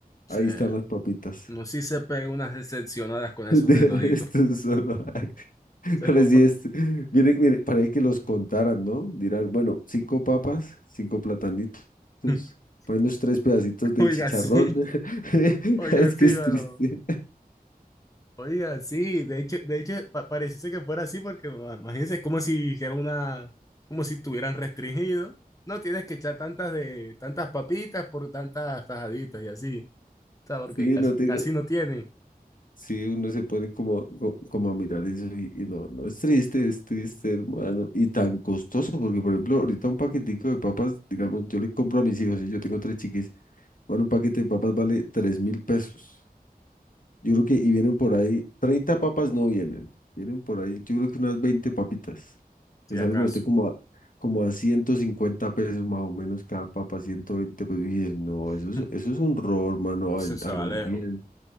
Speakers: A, on the left; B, on the left.
A: Sí.
B: ahí están las papitas.
A: No, si se pega unas decepcionadas
B: <laughs>
A: con esos
B: De
A: de todito.
B: resto, solo hay.
A: Se
B: Ahora
A: compra.
B: sí es. Miren, miren, para que los contaran, ¿no? Dirán, bueno, cinco papas, cinco platanitos,
A: <laughs>
B: para unos tres pedacitos de
A: Oiga,
B: chicharrón.
A: sí,
B: <laughs>
A: oiga,
B: Es
A: sí,
B: que es
A: mano.
B: triste.
A: Oiga, sí, de hecho, de hecho pa- pareciese que fuera así porque ma- imagínense, es como si hiciera una, como si estuvieran restringido. No tienes que echar tantas de, tantas papitas por tantas tajaditas y así. O sea, porque
B: Sí,
A: casi,
B: no tengo.
A: casi no tienen,
B: Sí, uno se pone como, co- como a mirar eso y, y no, no, es triste, es triste, hermano. Y tan costoso, porque por ejemplo, ahorita un paquetico de papas, digamos, yo le compro a mis hijos y yo tengo tres chiquis, bueno, un paquete de papas vale tres mil pesos. Yo creo que, y vienen por ahí, 30 papas no vienen, vienen por ahí, yo creo que unas 20 papitas.
A: si
B: Le salen
A: acaso.
B: a usted como a, como a 150 pesos más o menos cada papa, 120 pesos. Y dices, no, eso
A: <laughs>
B: es, eso es un robo, hermano,
A: Se,
B: a,
A: se
B: a lo
A: va lejos.
B: bien,
A: O